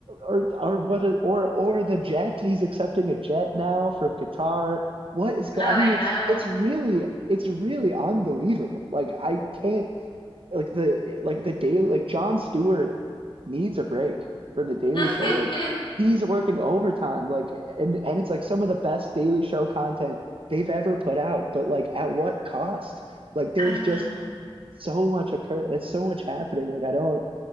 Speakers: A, on the right; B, on the left.
A: or or what? Or or the jet. He's accepting a jet now from Qatar. What is going?
B: Oh, I
A: I mean,
B: know.
A: it's it's really it's really unbelievable. Like I can't like the like the daily like John Stewart needs a break from
B: <laughs>
A: the Daily
B: I
A: Show. Like he's working overtime. Like and and it's like some of the best Daily Show content they've ever put out. But like at what cost? Like there's
B: know.
A: just so much occur. That's so much happening. Like I don't